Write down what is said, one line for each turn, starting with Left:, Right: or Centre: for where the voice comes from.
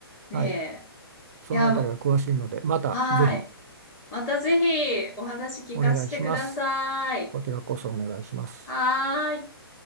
Left: ね
Right: ーはい、そのあたりは詳しいので、
Left: え。いや、
Right: またぜひ
Left: はい。またぜひお話聞かせてください。
Right: お願いします。こちらこそお願いします。
Left: はーい。